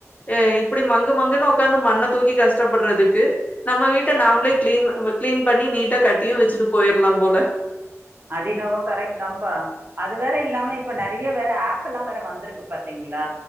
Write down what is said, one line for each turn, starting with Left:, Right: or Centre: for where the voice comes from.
Left: ஏ இப்பிடி மங்கு மங்குன்னு உக்காந்து மண்ணத் தூக்கி கஷ்டப்பட்றதுக்கு நம்ம வீட்ட நாமளே கிளீன் கிளீன் பண்ணி நீட்டா கட்டியும் வச்சிட்டு போயிரலாம் போல
Right: அதின்னாவோ கரக்ட்தாம்ப்பா அது வேற இல்லாம இப்ப நெறிய வேற ஆப்பல்லா வேற வந்துருக்கு பாத்தீங்களா